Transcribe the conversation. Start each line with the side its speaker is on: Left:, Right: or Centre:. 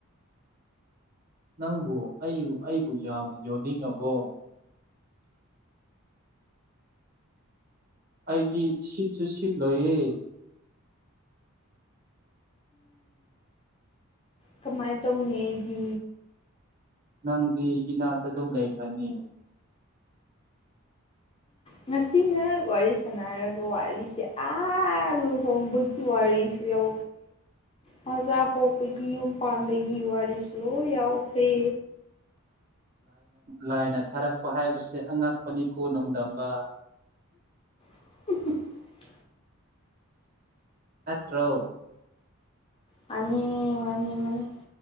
Right: ꯅꯪꯕꯨ ꯑꯩꯕꯨ ꯑꯩꯕꯨ ꯌꯥꯝꯅ ꯌꯣꯟꯅꯤꯡꯉꯕꯣ꯫ ꯑꯩꯗꯤ ꯁꯤꯠꯁꯨ ꯁꯤꯠ ꯂꯣꯏꯌꯦ꯫
Left: ꯀꯃꯥꯏ ꯇꯧꯅꯤ ꯑꯩꯗꯤ꯫
Right: ꯅꯪꯗꯤ ꯏꯅꯥꯛꯇ ꯑꯗꯨꯝ ꯂꯩꯒꯅꯤ꯫
Left: ꯉꯁꯤ ꯉꯛ ꯋꯥꯔꯤ ꯁꯥꯟꯅꯔꯒ ꯋꯥꯔꯤꯁꯦ ꯑꯥ ꯂꯨꯍꯣꯡꯕꯒꯤ ꯋꯥꯔꯤꯁꯨ ꯌꯧ ꯃꯖꯥ ꯄꯣꯛꯄꯒꯤ ꯌꯨꯝ ꯄꯥꯟꯕꯒꯤ ꯋꯥꯔꯤꯁꯨ ꯌꯥꯎꯈ꯭ꯔꯦ꯫
Right: ꯂꯥꯏꯅ ꯊꯥꯔꯛꯄ ꯍꯥꯏꯕꯁꯦ ꯑꯉꯛꯄꯅꯤꯀꯣ ꯅꯣꯡꯗꯝꯕ꯫
Left: <unintelligible>
Right: ꯅꯠꯇ꯭ꯔꯣ꯫
Left: ꯃꯥꯅꯤ ꯃꯥꯅꯤ ꯃꯥꯅꯤ꯫